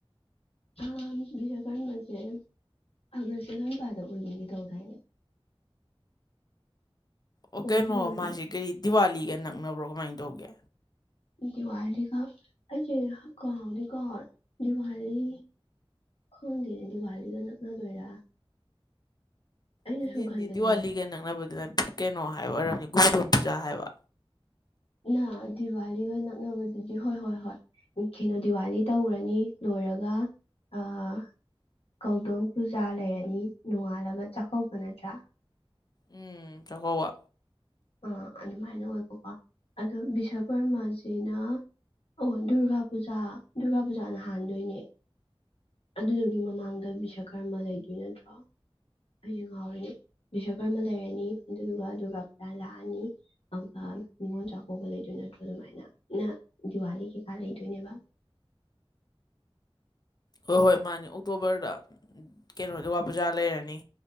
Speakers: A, on the left; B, on the left.
A: ꯑꯥ ꯕꯤꯁꯀꯥꯟꯥꯟꯕꯁꯦ ꯑꯥꯒꯁ ꯀꯥꯟꯄꯥꯗ ꯑꯣꯏꯒꯅꯤ ꯇꯧꯗꯥꯏꯅꯦ
B: ꯑꯣ
A: ꯑꯣꯏꯗꯤ
B: ꯀꯩꯅꯣ
A: ꯑꯣꯏꯕꯅꯦ
B: ꯃꯥꯁꯤ ꯀꯔꯤ ꯗꯤꯋꯥꯂꯤꯒ ꯅꯛꯅꯕ꯭ꯔꯣ ꯀꯃꯥꯏꯅ ꯇꯧꯒꯦ
A: ꯗꯤꯋꯥꯂꯤꯒ ꯑꯩꯁꯦ ꯀꯥꯎꯗꯤ ꯀꯥꯎꯔꯦ ꯗꯤꯋꯥꯂꯤ ꯈꯪꯗꯅꯦ ꯗꯤꯋꯥꯂꯤꯒ ꯅꯛꯅꯗꯣꯏꯔꯥ ꯑꯩꯅ
B: ꯅꯠꯇꯦ
A: ꯁꯨꯝ
B: ꯅꯠꯇꯦ
A: ꯈꯟꯕꯗꯅꯦ
B: ꯗꯤꯋꯥꯂꯤꯒ ꯅꯛꯅꯕꯗꯨꯅ ꯀꯩꯅꯣ ꯍꯥꯏꯕ ꯑꯣꯏꯔꯝꯗꯤ ꯒꯣꯕꯨꯗꯣꯝ ꯄꯨꯖꯥ ꯍꯥꯏꯕ
A: ꯅ ꯗꯤꯋꯥꯂꯤꯒ ꯅꯛꯅꯕꯗꯨꯗꯤ ꯍꯣꯏ ꯍꯣꯏ ꯍꯣꯏ ꯀꯩꯅꯣ ꯗꯤꯋꯥꯂꯤ ꯇꯧꯔꯅꯤ ꯂꯣꯏꯔꯒ ꯑꯥ ꯀꯧꯗꯣꯟ ꯄꯨꯖꯥ ꯂꯩꯔꯅꯤ ꯅꯣꯡꯉꯥꯜꯂꯒ ꯆꯥꯛꯀꯧꯕ ꯅꯠꯇ꯭ꯔꯥ
B: ꯎꯝ ꯆꯥꯛꯀꯧꯕ
A: ꯑꯥ ꯑꯗꯨꯃꯥꯏꯅ ꯑꯣꯏꯕꯀꯣ ꯑꯗꯣ ꯕꯤꯁꯀꯔꯃꯥꯖꯤꯅ ꯑꯣ ꯗꯨꯔꯒꯥ ꯄꯨꯖꯥ ꯗꯨꯔꯒꯥ ꯄꯨꯖꯥꯅ ꯍꯥꯟꯗꯣꯏꯅꯦ ꯑꯗꯨꯗꯨꯒꯤ ꯃꯃꯥꯡꯗ ꯕꯤꯁ ꯀꯔꯃ ꯂꯩꯗꯣꯏ ꯅꯠꯇ꯭ꯔꯣ ꯑꯩꯁꯨ ꯉꯥꯎꯔꯅꯤ ꯕꯤꯁꯀꯔꯃ ꯂꯩꯔꯅꯤ ꯑꯗꯨꯗꯨꯒ ꯑꯗꯨꯒ ꯄꯨꯖꯥ ꯂꯥꯛꯑꯅꯤ ꯑꯗꯨꯒ ꯅꯤꯉꯣꯜ ꯆꯥꯛꯀꯧꯕ ꯂꯩꯗꯣꯏ ꯅꯠꯇ꯭ꯔꯣ ꯑꯗꯨꯃꯥꯏꯅ ꯗꯤꯋꯥꯂꯤ ꯀꯩꯀꯥ ꯂꯩꯗꯣꯏꯅꯦꯕ
B: ꯍꯣꯏ ꯍꯣꯏ ꯃꯥꯅꯤ ꯑꯣꯛꯇꯣꯕꯔꯗ ꯀꯩꯅꯣ ꯗꯨꯔꯒꯥ ꯄꯨꯖꯥ ꯂꯩꯔꯅꯤ